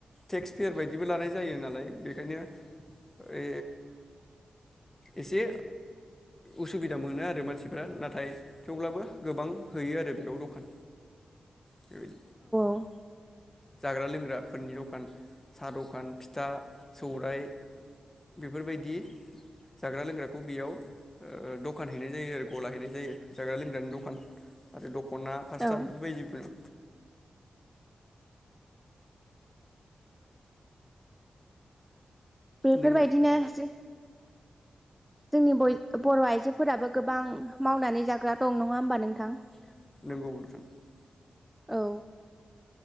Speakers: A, on the left; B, in the centre.
A: टेक्स फेयार बादिबो लानाय जायो नालाय बेखायनो ओ इसे उसुबिदा मोनो आरो मानसिफ्रा नाथाय थेवब्लाबो गोबां हैयो आरो बेयाव दखान बेबायदि
B: <unintelligible>
A: जाग्रा लोंग्रा फोरनि दखान सा दखान फिथा सौराइ बेफोरबायदि जाग्रा लोंग्राखौ बेयाव दखान हैनाय जायो आरो गला हैनाय जायो जाग्रा लोंग्रानि दखान आरो दख खना फास्रा
B: औ
A: बेफोरबायदिफोर
B: बेफोरबायदिनो
A: नों
B: जो जोंनि बयद बर' आइजोफोराबो गोबां मावनानै जाग्रा दं नङा ओमबा नोंथां?
A: <inaudible>
B: औ